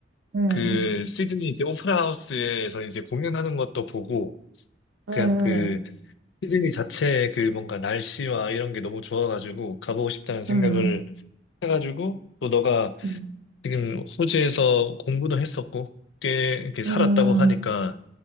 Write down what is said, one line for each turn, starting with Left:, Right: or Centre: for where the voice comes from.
Right: 응,
Left: 그 시드니 이제 오페라 하우스에서 이제 공연하는 것도 보고,
Right: 응,
Left: 그냥 그 시드니 자체의 그 뭔가 날씨와 이런 게 너무 좋아가지고 가보고 싶다는 생각을
Right: 응,
Left: 해가지고, 또 너가
Right: 응,
Left: 지금 호주에서 공부도 했었고, 꽤 이렇게 살았다고
Right: 응,
Left: 하니까,